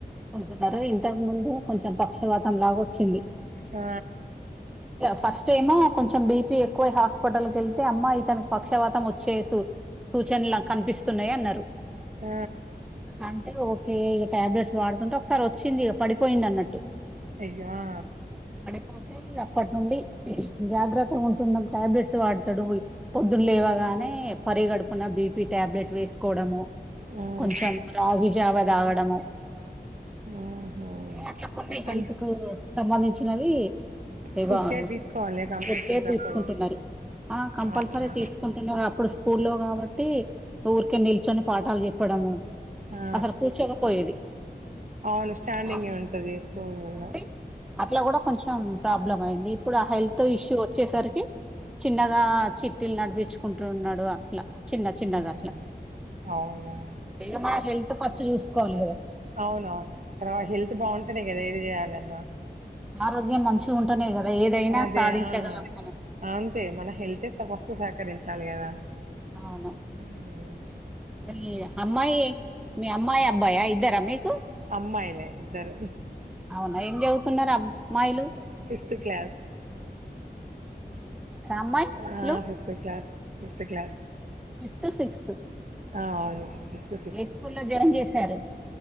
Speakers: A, in the centre; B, on the right.
A: కొనుకున్నారు ఇంతకు ముందు కొంచెం పక్షవాతం లాగ వచ్చింది
B: ఆ
A: ఫస్ట్ ఏమో కొంచెం బీపీ ఎక్కువై హాస్పిటల్కి వెళ్తే అమ్మాయితనికి పక్షవాతం వచ్చే సూచనలు కనిపిస్తున్నాయి అన్నారు
B: ఆ
A: అంటే ఓకే ఇగ టాబ్లెట్స్ వాడుతుంటే ఒకసారి వచ్చింది ఇగ పడిపోయింది అన్నట్టు
B: అయ్యో ఆ
A: పోతే ఇగ అప్పటి నుండి జాగ్రత్త ఉంటున్నాం టాబ్లెట్స్ వాడుతడు ఒయ్ పొద్దున్ లేవగానే పరిగడుపున బీపి టాబ్లెట్ వేసుకోడము
B: ఆ! హ్మ్.
A: కొంచం రాగి జావ తాగడము
B: ఓహో
A: అట్ల కొన్ని హెల్త్
B: అన్
A: కు సంబంధించినవి ఇవ
B: ఫుడ్ కేర్
A: ఒకే
B: తీసుకోవాలి కంపల్సరీ
A: ఇగ కేర్
B: తప్పదు
A: తీసుకుంటున్నరు ఆ కంపల్స
B: అవునా
A: సరే తీసుకుంటున్నారు అప్పుడు స్కూల్లో కాబట్టి ఊరికే నిల్చొని పాఠాలు చెప్పడము.
B: ఆ
A: అసలు కూర్చోకపోయేది.
B: అవును స్టాండింగే
A: అ
B: ఉంటది స్కూల్లో
A: ఉ వుంది అట్ల కూడా కొంచెం ప్రాబ్లమ్ అయింది ఇప్పుడు ఆ హెల్త్ ఇష్యూ వచ్చేసరికి చిన్నగా చిట్ టిలు నడిపించుకుంటున్నడు అట్లా చిన్న చిన్నగ
B: ఊహు
A: అట్లా
B: అవునా
A: ఇగ మన హెల్త్ ఫస్ట్ చూసుకోవాలి కదా
B: అవునవును తర్వా హెల్త్ బాగుంటనే కదా ఏది చేయాలన్నా
A: ఆరోగ్యం మంచిగుంటనే కదా ఏదైనా
B: అదే
A: సాధించగలం
B: ఆ
A: మనం
B: అంతే మన హెల్త్ స ఫస్ట్ సహకరించాలి కదా
A: అవును
B: ఊమ్
A: మీ
B: అంతే
A: అమ్మాయి మీ అమ్మాయి అబ్బాయా ఇద్దరా మీకు
B: అమ్మాయిలే ఇద్దరు
A: అవునా ఏం చదువుతున్నారు అబ్మాయిలు
B: ఫిఫ్త్ క్లాస్
A: అమ్మాయిలు
B: ఆ fifth class fifth class
A: fifth sixth
B: ఆ అవును ఫిఫ్త్
A: ఏ స్కూల్ లో జాయిన్ చేశారు